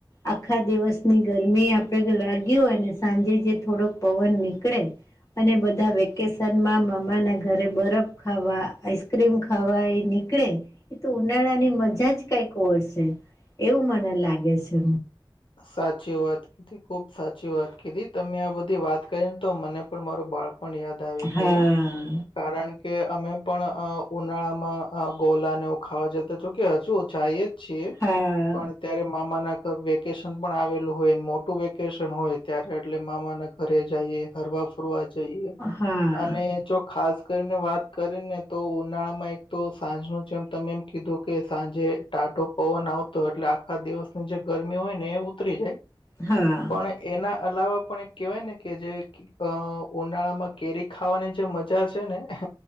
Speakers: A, on the left; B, on the left.
A: આખા દિવસની ગરમી આપણે લાગી હોય ને સાંજે જે થોડોક પવન નીકળે- - અને બધા વેકેશનમાં મામા ના ઘરે બરફ- - ખાવા આઈસ્ક્રીમ ખાવા એ નીકળે- - એ તો ઉનાળાની મજા જ કઈક વર્શે એવું મને લાગે છે.
B: સાચી વાત- - ખુબ સાચી વાત કીધી તમે આ બધી વાત કરીને તો મને પણ મારું બાળ પણ યાદ- - યાદ આવી
A: હા
B: ગયું. કારણ કે અમે પણ ઉનાળામાં ગોલાને ખાવા જતા છ કે હજુ જાય જ- - છે
A: હા
B: પણ ત્યારે મામા ના ઘરે વે વેકેશન પણ આવેલું હોય મોટું વેકેશન હોય ત્યારે એટલે મામા ના ઘરે જઈએ- - હરવા ફરવા જઈએ
A: હા
B: અને- - જો ખાસ કરીને વાત કરી ને તો ઉનાળામાં એક તો સાંજ નુ જેમ તમે એમ કીધું કે સાંજે- - ટાઢો પવન આવતો એટલે આખા દિવસની જે ગરમી હોય ને એ ઉતરી જાય.
A: હા.
B: પણ એના અલાવા પણ એક કેહેવાય ને કે જે- - અ ઉનાળા માં કેરી ખાવાની જે મજા છે ને- -